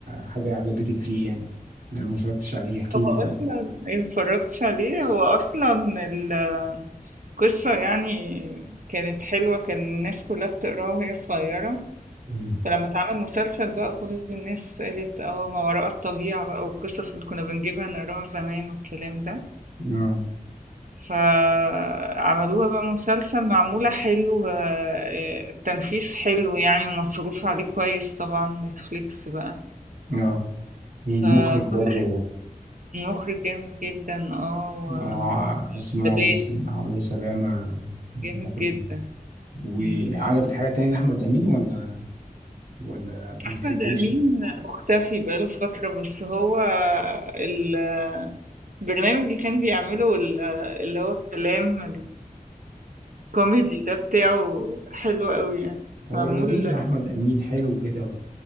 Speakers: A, on the right (about 80°); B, on the right (about 60°).
A: حاجة عجبتك فيه يعني أنا ما اتفرجتش عليه احكي
B: هو
A: لي كده
B: اصلا إيه، متفرجتش عليه هو اصلا ال- القصة يعني كانت حلوة كان الناس كلها بتقراها وهي صغيرة
A: مم.
B: فلما اتعمل مسلسل بقى كل الناس قالت اه ما وراء الطبيعة بقى والقصص اللي كنا بنجيبها نقراها زمان والكلام ده
A: اه
B: فعملوها بقى مسلسل معمولة حلو آه، التنفيذ حلو يعني ومصروف عليه كويس طبعا نتفليكس بقى
A: اه والمخرج
B: فكل
A: برضه
B: مخرج جامد جدا اه
A: اه اسمه
B: وأداء
A: عمرو سل- عمرو سلامة مخرج
B: جامد جدا
A: وعجبك
B: مم.
A: حاجة تانية لأحمد أمين ولا ولا ما
B: أحمد
A: بتحبوش؟
B: أمين مختفي بقاله فترة بس هو ال- البرنامج اللي كان بيعمله ال- اللي هو كلام الكوميدي ده بتاعه حلو قوي يعني
A: هو
B: معمول
A: لذيذ احمد امين حلو كده